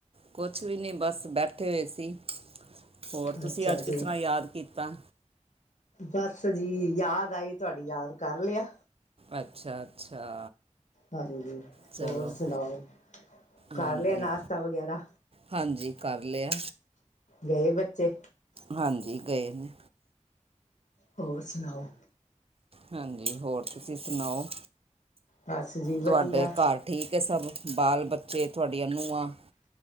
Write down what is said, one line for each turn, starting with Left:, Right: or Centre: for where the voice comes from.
Right: ਕੁਛ ਵੀ ਨਹੀਂ ਬਸ ਬੈਠੇ ਹੋਏ ਸੀ। ਹੋਰ ਤੁਸੀਂ
Left: ਅੱਛਾ
Right: ਅੱਜ ਕਿਸ
Left: ਜੀ
Right: ਤਰ੍ਹਾਂ ਯਾਦ ਕੀਤਾ
Left: ਬਸ ਜੀ ਯਾਦ ਆਈ ਤੁਹਾਡੀ ਯਾਦ ਕਰ ਲਿਆ
Right: ਅੱਛਾ ਅੱਛਾ
Left: ਹਾਂਜੀ,
Right: ਚਲੋ
Left: ਹੋਰ ਸੁਣਾਓ ਕਰ
Right: ਹਾਂਜੀ
Left: ਲਿਆ ਨਾਸ਼ਤਾ ਵਗੈਰਾ
Right: ਹਾਂਜੀ। ਕਰ ਲਿਆ।
Left: ਗਏ ਬੱਚੇ।
Right: ਹਾਂਜੀ। ਗਏ ਨੇ।
Left: ਹੋਰ ਸੁਣਾਓ?
Right: ਹਾਂਜੀ। ਹੋਰ ਤੁਸੀਂ ਸੁਣਾਓ?
Left: ਬਸ ਜੀ ਵਧੀਆ
Right: ਤੁਹਾਡੇ ਘਰ ਠੀਕ ਹੈ ਸਭ, ਬਾਲ- ਬੱਚੇ ਤੁਹਾਡਆਂ ਨੂੰਆ।